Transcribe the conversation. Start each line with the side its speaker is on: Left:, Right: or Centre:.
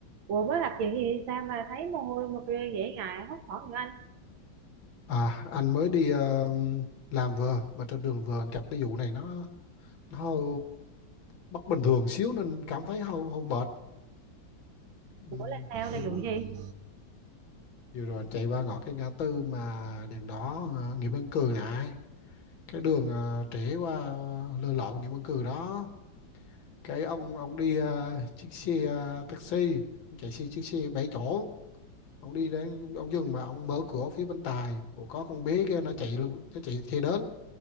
Right: Ủa mới tập gì thì sao mà thấy mồ hôi mà kia dễ ngại hốt hoảng như anh
Left: À, anh mới đi ờ, làm vừa mà trên đường vừa anh gặp cái vụ này nó nó hơi bất bình thường xíu nên cảm thấy hơi hơi mệt. Ừm,
Right: Ủa là sao
Left: em
Right: là
Left: muốn
Right: vụ gì
Left: vừa rồi anh chạy qua ngõ cái ngã tư mà đèn đỏ uh, Nguyễn Văn Cừ này, cái đường uh, trễ qua lê lợi Nguyễn Văn Cừ đó. Cái ông ông đi ờ, chiếc xe ờ, taxi, ông chạy xe chiếc xe bảy chỗ. Ông đi đến ông dừng mà ông mở cửa phía bên tài, Ủa có con bé kia nó chạy nó chạy xe đến